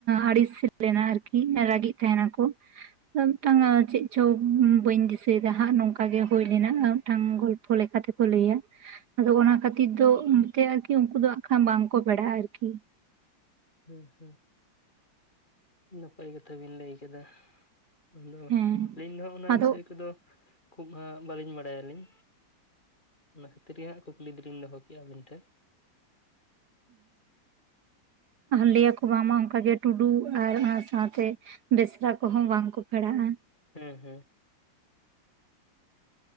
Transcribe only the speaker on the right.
ᱟᱹᱲᱤᱥ᱾ ᱞᱮᱱᱟ ᱟᱨᱠᱤ ᱨᱟᱹᱜᱤᱜ ᱛᱟᱦᱮ ᱱᱟᱠᱚ᱾ ᱴᱟᱝ ᱪᱮᱫ ᱪᱚ ᱵᱟᱹᱧ ᱫᱤᱥᱟᱹᱭᱮᱫᱟ ᱦᱟᱸᱜ ᱱᱚᱝᱠᱟ ᱜᱮ ᱦᱩᱭ ᱞᱮᱱᱟ ᱢᱤᱫᱴᱟᱝ ᱜᱚᱞᱯᱚ ᱞᱮᱠᱟᱛᱮᱠᱚ ᱞᱟᱹᱭᱼᱟ᱾ ᱟᱫᱚ ᱚᱱᱟ ᱠᱷᱟᱹᱛᱤᱨ ᱫᱚ ᱮᱱᱛᱮ ᱟᱨᱠᱤ ᱩᱱᱠᱩ ᱫᱚ ᱟᱷᱟ ᱵᱟᱝᱠᱚ ᱵᱮᱲᱟᱜᱼᱟ ᱟᱨᱠᱤ᱾
ᱦᱮᱸ
ᱟᱫᱚ
ᱞᱟᱹᱭ ᱟᱠᱚ ᱵᱟᱝᱢᱟ ᱚᱱᱠᱟᱜᱮ ᱴᱩᱰᱩ ᱟᱨ ᱥᱟᱶᱛᱮ᱾ ᱵᱮᱥᱨᱟ ᱠᱚᱦᱚᱸ ᱵᱟᱝ ᱠᱚ ᱯᱷᱮᱲᱟᱜᱼᱟ᱾